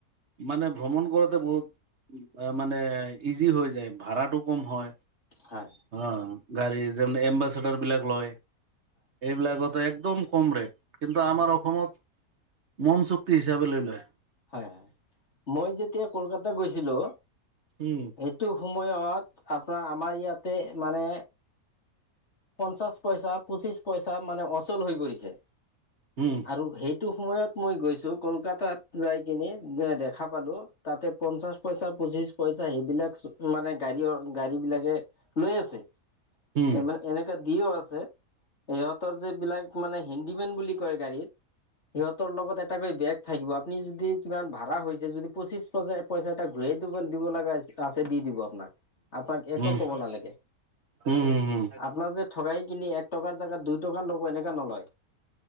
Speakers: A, on the right; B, on the left.
A: মানে ভ্ৰমণ কৰাোতে বহুত মানে ইজি হৈ যায় ভাড়াটো কম হয়
B: হয়
A: অ গাড়ী যে এম্বাচডাৰ বিলাক লয় এইবিলাকত একদম কম ৰেট কিন্তু আমাৰ
B: হয়
A: অসমত মন চুক্তি হিচাপে লৈ লয়
B: হয়, হয় মই যেতিয়া কলকাত গৈছিলো
A: উম
B: সেইটো সময়ত আপোনাৰ আমাৰ ইয়াতে মানে পঞ্চাশ পইচা, পঁচিশ পইচা মানে অচল হৈ পৰিছে
A: উম
B: আৰু সেই এইটো সময়ত মই গৈছো, কলকাতাত যাই কিনে দেখা পালো তাতে পঞ্চাশ পইচা, পঁচিশ পইচা, সেইবিলাক মানে গাড়ী, গাড়ী বিলাকে লৈ আছে।
A: উম।
B: মানে এনেকা দিও আছে, ইহঁতৰ যে বিলাক মানে হেডিমেন বুলি কয় গাড়ী। সিহঁতৰ লগত এটাকৈ বেগ থাকিব। আপুনি যদি কিমান ভাড়া হৈছে যদি পঁচিশ পইচা, পইচা এটা ঘূৰাই দিব, দিব লগা আছে, দি, দিব আপোনাক, আপোনাক একো
A: উম
B: কব নালাগে।
A: উম, হুম, হুম।
B: আপোনাৰ যে ঠগাই কিনি এক টকাৰ, জোগাত দুই টকা ল'ব এনেকা নলয়।